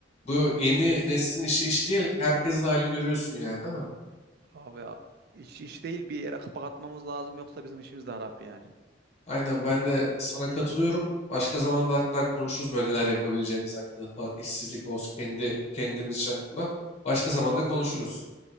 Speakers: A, on the left (about 35°); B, on the right (about 55°).
A: bu yeni neslin işi iş değil. Herkesin halini görüyorsun yani değil mi?
B: abi ya, iş, iş değil bir yere kapak atmamız lazım yoksa bizim işimiz de harap yani.
A: Aynen ben de sana katılıyorum. Başka zaman hatta konuşuruz böyle neler yapabileceğimiz hakkında falan. İşsizlik olsun kendi kendimiz için hakkında. Başka zamanda konuşuruz.